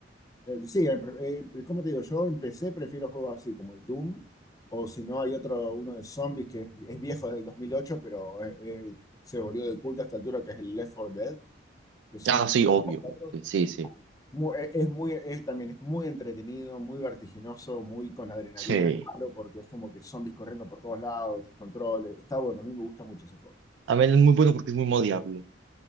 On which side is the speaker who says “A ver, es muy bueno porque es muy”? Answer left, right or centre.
Right